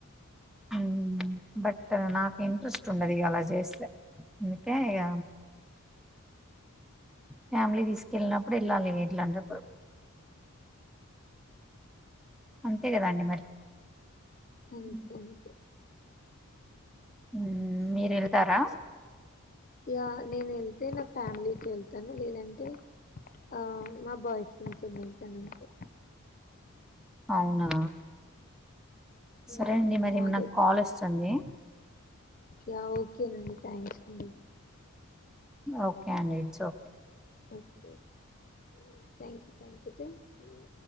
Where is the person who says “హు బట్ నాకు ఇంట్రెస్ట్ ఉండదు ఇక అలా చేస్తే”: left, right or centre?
Centre